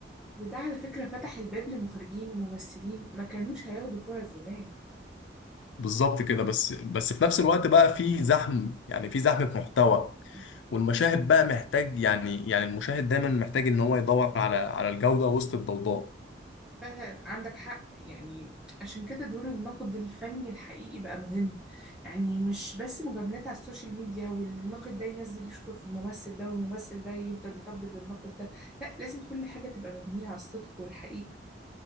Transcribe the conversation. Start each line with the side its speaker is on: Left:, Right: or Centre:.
Centre: وده على فكرة فتح الباب لمخرجين وممثلين ما كانوش هياخدوا فرص زمان
Left: بالظبط كده بس بس في نفس الوقت بقى في زحم يعني في زحمة محتوى
Centre: صح
Left: والمشاهد بقى محتاج يعني يعني المشاهد دايما محتاج ان هو يدور على على الجودة وسط الضوضاء
Centre: فعلا عندك حق يعني عشان كده دور النقد الفني الحقيقي بقى مهم يعني مش بس مجاملات على السوشيال ميديا والناقد ده ينزل يشكر في الممثل ده والممثل ده يفضل يطبل للناقد ده لا لازم كل حاجة تبقى مبنية على الصدق والحقيقة